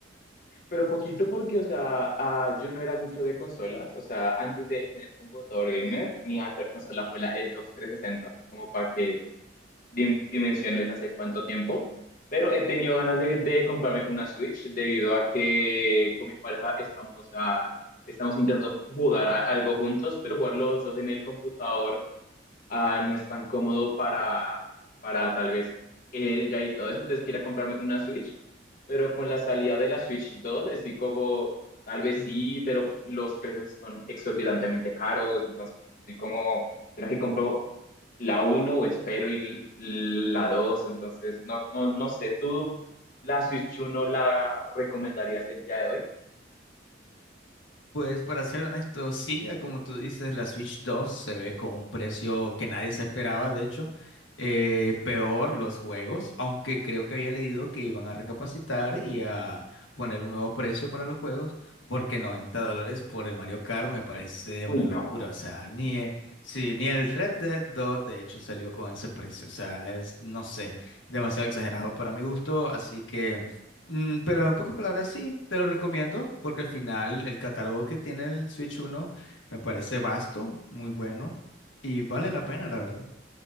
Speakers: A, on the left (about 45°); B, on the left (about 85°).
A: Pero poquito porque, o sea, ah, yo no era mucho de consolas, o sea, antes de tener computador gamer, mi anterior consola fue la Xbox 360, como para que dim- dimensiones hace cuánto tiempo, pero he tenido ganas de, de comprarme una Switch debido a que con mi pareja estamos, ah, estamos intentando jugar a- algo juntos, pero jugar los dos en el computador ah, no es tan cómodo para, para tal vez ella y todo eso, entonces quiera comprarme una Switch, pero con la salida de la Switch 2 estoy como, tal vez
B: Ujú.
A: sí, pero los precios son exorbitantemente caros, entonces estoy como, ¿será que compro la uno o espero y l- la dos Entonces, no, no, no sé, ¿tú la Switch uno la recomendarías el día de hoy?
B: Pues para ser honesto, sí, a como tú dices, la Switch 2 se ve con un precio que nadie se esperaba, de hecho, eh, peor los juegos, aunque creo que había leído que iban a recapacitar y a poner un nuevo precio para los juegos, porque 90 dólares por el Mario Kart me parece
A: Uy,
B: una
A: no.
B: locura, o sea, ni, eh, sí, ni el Red Dead 2 de hecho salió con ese precio, o sea, es, no sé, demasiado exagerado para mi gusto, así que... Mm, pero en pocas palabras, sí, te lo recomiendo, porque al final el catálogo que tiene el Switch uno me parece vasto, muy bueno y vale la pena, la verdad.